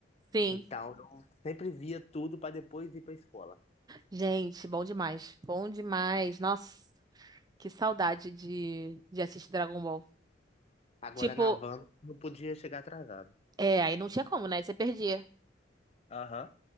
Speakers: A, on the right; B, on the left.
A: Sim.
B: Então eu sempre via tudo para depois ir para escola.
A: Gente, bom demais. Bom demais. Nossa, que saudade de, de assistir Dragon Ball.
B: Agora
A: Tipo,
B: na van não podia chegar atrasado.
A: é, aí não tinha como, né? Você perdia.
B: Aham.